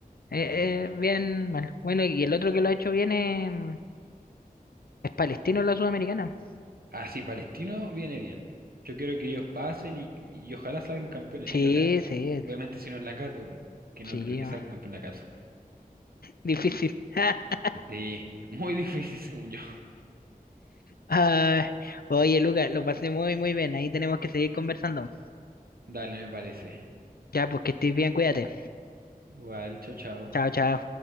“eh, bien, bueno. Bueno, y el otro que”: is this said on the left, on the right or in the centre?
Left